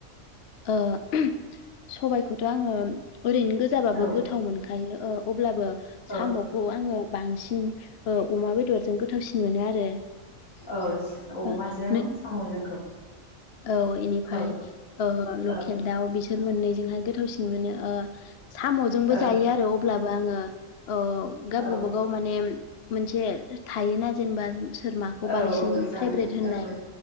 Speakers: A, on the left (about 60°); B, on the left (about 80°).
A: औ ओम सबायखौथ' आङो ओरैनो गोजाबाबो
B: औ
A: गोथाव मोनखायो ओ अब्लाबो साम'खौ
B: औ
A: आङो बांसिन औ अमा बेदरजों गोथावसिन मोनो आरो।
B: औ अमाजों
A: ओ नों
B: साम'जोंखौ?
A: औ बेनिफ्राय
B: औ ओ
A: ओ लकेल
B: ओ
A: दाउ बिसोर मोननैजोंहाय गोथावसिन मोनो। साम'जोंबो
B: औ
A: जायो आरो अब्लाबो आङो ओ गाव
B: औ
A: गाबागाव माने मोनसे थायोना जेनेबा सोर माखौ
B: औ
A: बांसिन
B: औ जानाय
A: फेभरेट होननाय
B: औ